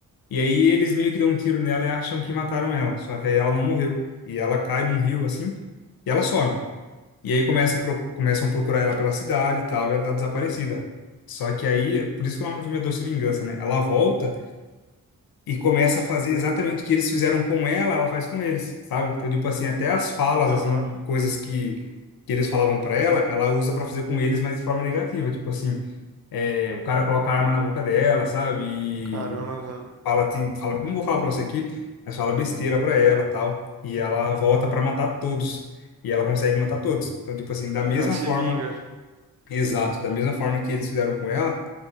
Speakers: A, on the left; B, on the right.
A: E aí eles meio que dão um tiro nela e acham que mataram ela. Só que aí ela não morreu. E ela cai num rio, assim, e ela some. E aí começa, a pro- começam a procurar ela pela cidade e tal, e ela tá desaparecida. Só que aí, por isso que o nome do filme é Doce Vingança, né? Ela volta e começa a fazer exatamente o que eles fizeram com ela, ela faz com eles, sabe? Então, tipo assim, até as falas,
B: Aham.
A: assim, coisas que, que eles falavam pra ela, ela usa pra fazer com eles, mas de forma negativa. Tipo assim, é, o cara coloca a arma na boca dela, sabe? E,
B: Caramba, mano.
A: e fala, tem- fala, não vou falar pra você aqui, mas fala besteira pra ela, tal. E ela volta pra matar todos. E ela consegue matar todos. Então, tipo assim, da mesma
B: É, Ela se
A: forma,
B: vinga.
A: exato, da mesma forma que eles fizeram com ela,